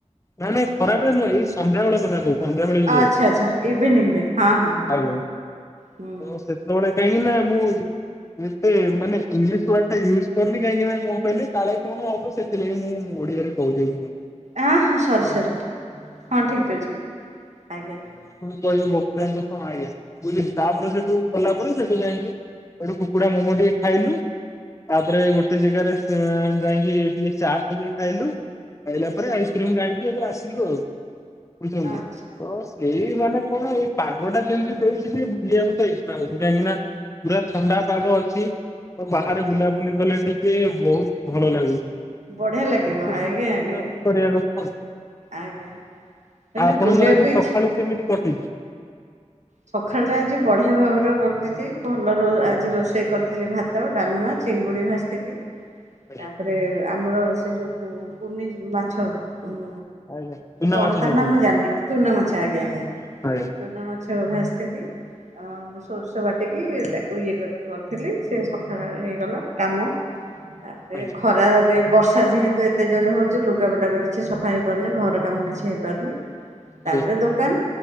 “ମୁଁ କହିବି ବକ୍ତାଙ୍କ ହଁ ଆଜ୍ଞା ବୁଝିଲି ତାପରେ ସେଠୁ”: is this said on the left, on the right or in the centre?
Left